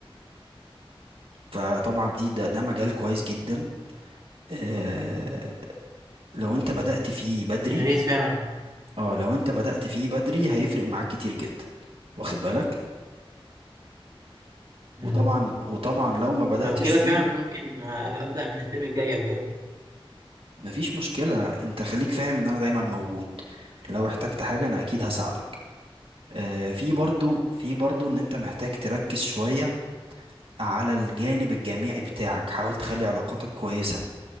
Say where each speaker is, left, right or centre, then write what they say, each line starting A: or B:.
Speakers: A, on the right (about 65°); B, on the right (about 40°).
A: فطبعا دي ده ده مجال كويس جدا آه، لو انت بدأت فيه بدري
B: يا ريت فعلا
A: اه لو انت بدأت فيه بدري هيفرق معاك كتير جدا واخد بالك
B: مم.
A: وطبعا وطبعا لو ما بدأتش
B: ولو كده
A: فيه
B: فعلا ممكن آه، أبدأ من الترم الجاي أو كده
A: مفيش مشكلة انت خليك فاهم ان انا دايما موجود لو احتجت حاجة انا اكيد هساعدك آه في برضو في برضو ان انت محتاج تركز شوية على الجانب الجامعي بتاعك حاول تخلي علاقاتك كويسة